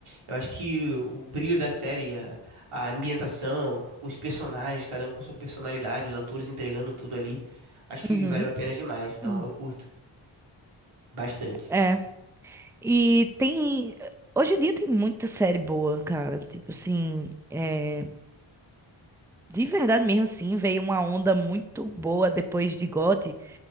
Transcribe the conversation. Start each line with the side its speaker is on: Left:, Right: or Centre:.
Right: Eu acho que o brilho da série, a, a ambientação, os personagens, cada um com sua personalidade, os atores entregando tudo ali, acho que
Centre: Uhum.
Right: valeu a pena demais. Então
Centre: Uhum.
Right: eu curto bastante.
Centre: É. E tem hoje em dia tem muita série boa, cara, tipo assim, é, De verdade mesmo, assim, veio uma onda muito boa depois de GOT,